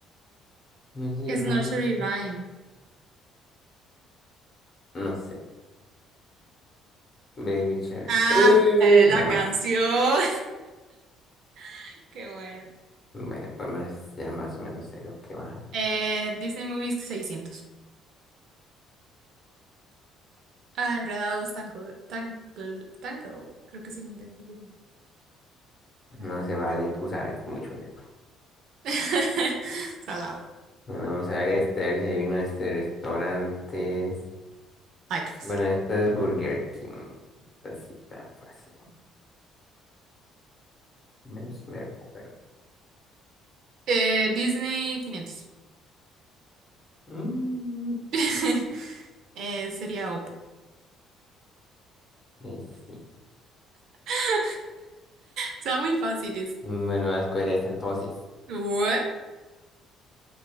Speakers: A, on the left; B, on the right.
A: No sé,
B: Es
A: Ryan.
B: Nursery Rhyme.
A: No sé. Baby Shark.
B: Ah,
A: Uy,
B: eh,
A: jamás.
B: la canción. <laughs> Qué bueno.
A: Bueno, por lo menos ya más o menos sé lo que va.
B: Eh, Disney Movies 600. Ah, Enredados, Tangle, Tangle, Tangle. Creo que es en inglés. algo así, Tangle.
A: No se vale, tú sabes mucho de esto.
B: <laughs> Salado.
A: Bueno, vamos a ver este, a ver si adivino este restaurante.
B: Ay, qué fácil.
A: Bueno, esta es Burger King. Esta sí está fácil. Menos me recuerdo.
B: Eh, Disney 500.
A: Mm,
B: <laughs> Eh, sería OP.
A: y sí.
B: <laughs> Está muy fácil.
A: Bueno, vas a escoger esta, entonces.
B: ¿What?